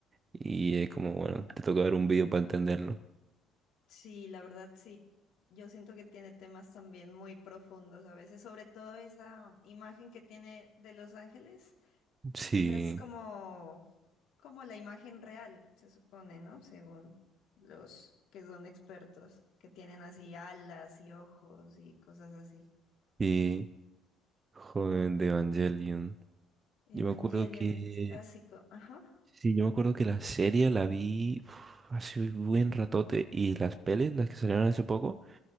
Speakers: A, on the right; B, on the left.
A: y es como, bueno, te toca ver un video para entenderlo.
B: Sí, la verdad sí. Yo siento que tiene temas también muy profundos a veces, sobre todo esa imagen que tiene de Los Ángeles.
A: Sí,
B: Esa es como, como la imagen real, se supone, ¿no? Según los que son expertos, que tienen así alas y ojos y cosas así.
A: sí, joven de Evangelion.
B: Evangelion,
A: Yo me acuerdo que,
B: ese es clásico. Ajá.
A: sí, yo me acuerdo que la serie la vi uf, hace un buen ratote y las pelis, las que salieron hace poco.